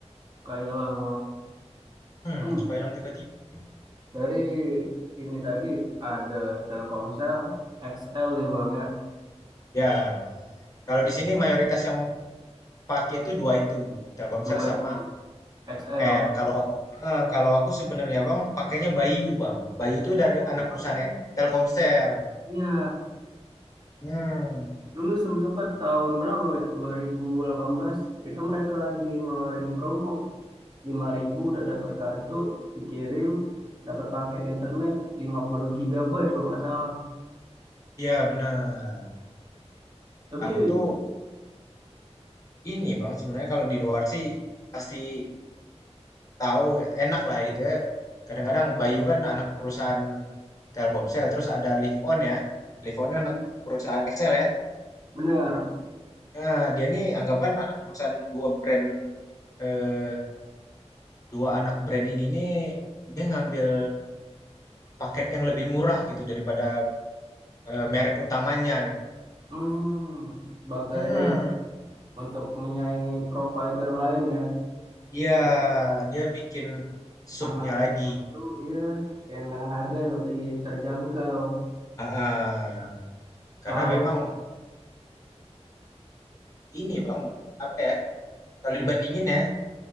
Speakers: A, on the right; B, on the left.
A: Kak Ilham,
B: Hmm,
A: hmm,
B: suka hilang tiba-tiba.
A: dari ini tadi ada Telkomsel, XL nih Bang ya,
B: Ya, kalau di sini mayoritas yang pakai itu dua itu, Telkomsel
A: dua
B: sama
A: itu, XL.
B: L Kalau aku, eh, kalau aku sebenarnya Bang pakainya Bayu, Bang. Bayu itu dari
A: Oh,
B: anak
A: pagi.
B: perusahaan eh, Telkomsel.
A: Iya,
B: Hmm,
A: dulu sempat sempat tahun berapa Bang, ya, 2018 itu mereka lagi ngeluarin promo, 5.000 udah dapat kartu, dikirim, dapat paket internet 50 GB kalau nggak salah.
B: ya benar.
A: Tapi
B: Aku tuh ini, Bang, sebenarnya kalau di luar sih pasti tahu enak lah ya gitu ya. Kadang-kadang Bayu kan anak perusahaan Telkomsel, terus ada Live On ya. Live On kan
A: hmm,
B: anak perusahaan Excel ya.
A: bener,
B: Nah, dia nih anggapan anak perusahaan dua brand eh, dua anak brand ini nih dia ngambil paket yang lebih murah gitu daripada eh, merek utamanya gitu.
A: hmm, sebagai
B: Hmm,
A: ini ya, untuk menyaingi provider lain ya,
B: iya
A: jadi
B: dia bikin supnya
A: anak
B: lagi.
A: Itu iya yang dengan harga yang lebih terjangkau.
B: Ah, karena
A: Kalau
B: memang ini Bang, apa ya? Kalau dibandingin ya,